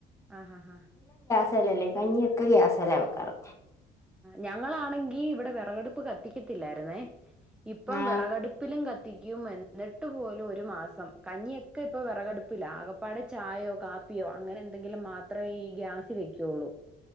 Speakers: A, in the centre; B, on the left (about 15°).
A: ആഹഹ
B: ല്ലല്ലേ കഞ്ഞിയൊക്കെ ഗ്യാസേലാ വെക്കാറ്.
A: ഞങ്ങളാണെങ്കിഇവിടെ വിറകടുപ്പ് കത്തിക്കത്തില്ലായി ര്ന്നെ ഇപ്പം
B: ആ
A: വിറകടുപ്പിലും ക ത്തിക്കും. എന്നിട്ട് പോലും ഒരു മാസം. കഞ്ഞിയൊക്കെ ഇപ്പ വിറകടുപ്പിലാ ആകെ പ്പാടെ ചായയോ കാപ്പിയോ അങ്ങനെ എന്തെങ്കിലും മാ ഇത്രയീ ഗ്യാസ് വെക്കുള്ളൂ.